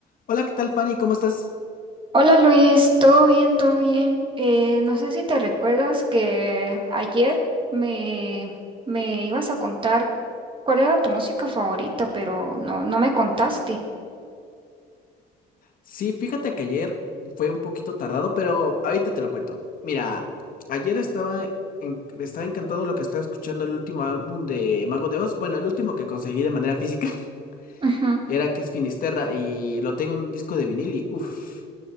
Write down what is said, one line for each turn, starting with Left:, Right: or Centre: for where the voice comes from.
Left: Hola, ¿qué tal, Fanny? ¿Cómo estás?
Right: Hola Luis, todo bien, todo bien. Eh, no sé si te recuerdas que ayer me, me ibas a contar cuál era tu música favorita, pero no, no me contaste.
Left: Sí, fíjate que ayer fue un poquito tardado, pero ahorita te lo cuento. Mira, ayer estaba, en- estaba encantado lo que estaba escuchando el último álbum de Mago de Oz. Bueno, el último que conseguí de manera física, <laughs>
Right: Ujú.
Left: y era que es Finisterra, y lo tengo en un disco de vinil y uff.